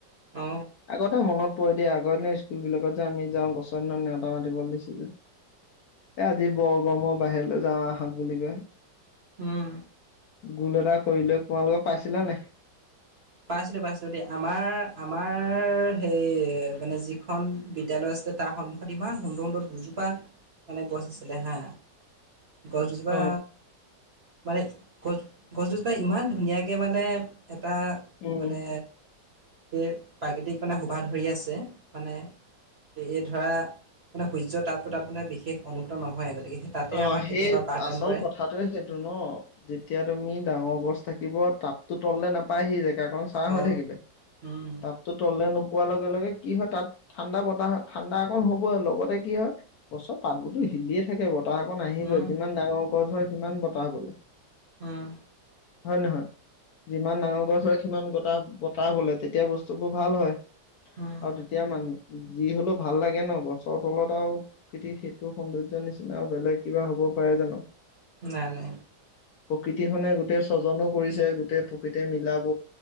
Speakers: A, on the right; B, on the left.
A: অ।
B: আগতে মনত পৰি দিয়া আগৰ দিনৰ স্কুল বিলাকত যে আমি যাওঁ গছৰ <unintelligible> নেওতা মাতিবলৈ দিছি এ আজি বৰ গৰমৰ বাহিৰলৈ যাওঁ <unintelligible> বুলি কৈ।
A: উম।
B: গোল এটা কৰি লৈ <unintelligible> পাইছিলা নে নাই।
A: পাইছিলোঁ পাইছিলোঁ দেই আমাৰ, আমাৰ।
B: <inaudible>
A: সেই মানে যিখন বিদ্যালয় আছিলে তাৰ সন্মুখত ইমান সুন্দৰ সুন্দৰ দুুজোপা। মানে গছ আছিলে হা গছ দুজোপা।
B: অ
A: মানে গছ গছ দুজোপাই ইমান ধুনীয়াকৈ মানে এটা
B: উম
A: মানে সেই প্ৰাকৃতিক মানে শোভা ধৰি আছে মানে এই ধৰা মানে সূৰ্য তাপটো তাত মানে বিশেষ অনুভূত নহয় গতিকে সেই তাতে
B: অ',
A: আমাক
B: সেই
A: কেতিয়াবা পাঠদান
B: আচল
A: কৰে।
B: কথাত সেইটো ন যেতিয়া তুমি ডাঙৰ গছ থাকিব তাত তো তললে নাপায় সি জেগা কাৰণ ছাঁ
A: অ
B: হৈ থাকিলে
A: উম
B: তাততো তলে নোপোৱাৰ লগে লগে কি হয় তাত ঠাণ্ডা বতাহ ঠাণ্ডা অকণ হ'বই লগতে কি হয় গছৰ পাতবোৰতো হিলিয়ে থাকে বতাহ বতাহকন আহিবই
A: উম
B: যিমান ডাঙৰ গছ হয় সিমান বতাহ বলেলৈ
A: হম
B: হয় নহয় যিমান ডাঙৰ গছ হয় সিমান গটা বতাহ বোলে তেতিয়া বস্তুবোৰ ভাল হয়।
A: উম
B: অ', তেতিয়া মানে যি হলেও ভাল লাগে ন গছৰ তলত আৰু সেইটো সৌন্দৰ্য নিচিনা বেলেগ কিবা হ'ব পাৰে জানো
A: নাই নাই।
B: প্ৰকৃতিখনে গোটেই স্বজনো কৰিছে গোটেই প্ৰকৃতিয় মিলাব